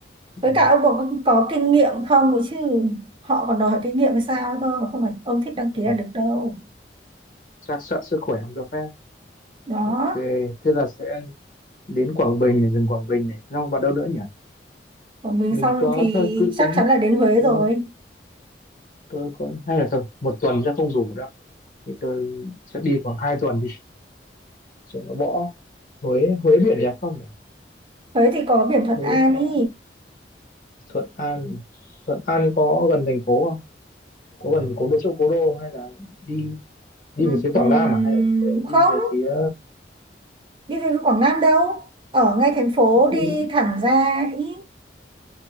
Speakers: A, on the right (about 30°); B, on the left (about 45°).
A: với
B: ừ.
A: cả ông có, có kinh nghiệm không ấy chứ họ còn đòi hỏi kinh nghiệm hay sao cơ không phải ông thích đăng
B: Ừ.
A: ký là được đâu
B: chắc sợ sức khỏe không cho phép
A: đó
B: ok thế là sẽ đến Quảng Bình này dừng Quảng Bình này xong vào đâu nữa nhỉ
A: của mình
B: mình
A: xong
B: có
A: thì
B: thôi cứ
A: chắc
B: tính
A: chắn là đến Huế
B: ừ,
A: rồi
B: tôi có hay là thôi một tuần sẽ không đủ đâu thì tôi sẽ đi khoảng hai tuần đi cho nó bỏ Huế Huế biển đẹp không nhỉ?
A: Huế thì có biển Thuận
B: Huế
A: An
B: có
A: ý
B: Thuận An Thuận An có gần thành phố không có gần cố đô chỗ cố đô không? hay là đi đi
A: Ừm,
B: về phía Quảng
A: ừm,
B: Nam à hay là đi về đi
A: không
B: về phía
A: đi về Quảng Nam đâu ở ngay thành phố
B: đi,
A: đi thẳng ra ý